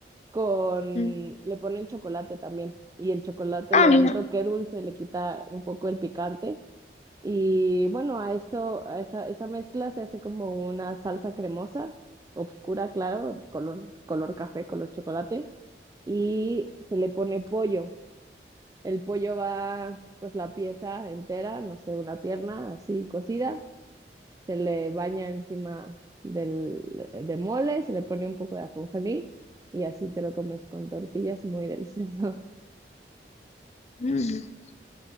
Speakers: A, on the right (about 20°); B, on the left (about 40°).
A: con... Le
B: Mm,
A: ponen chocolate también. Y el chocolate
B: Ah,
A: le da
B: mira.
A: un toque dulce, le quita un poco el picante. Y bueno, a eso, a esa, esa mezcla se hace como una salsa cremosa, oscura, claro, color, color café, color chocolate. Y se le pone pollo. El pollo va, pues la pieza entera, no sé, una pierna así cocida se le baña encima del, de mole, se le pone un poco de ajonjolí y así te lo comes con tortillas, muy delicioso.
B: Mm.